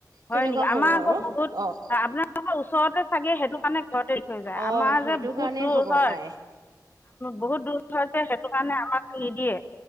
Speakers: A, on the right; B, on the left.
A: তেনেকুৱা
B: হয় নেকি
A: কৰোঁ
B: আমাৰ আকৌ
A: আৰু
B: বহুত,
A: অঁ
B: আপোনালোকৰ ওচৰতে চাগে টো কাৰণে ঘৰতে থৈ যায়।
A: অঁ
B: আমাৰ
A: সেইটো
B: যে বহুত
A: কাৰণে
B: দূৰ
A: হ'ব
B: হয়
A: পাৰে
B: বহুত দূৰ হয় যে, সেইটো কাৰণে আমাক নিদিয়ে,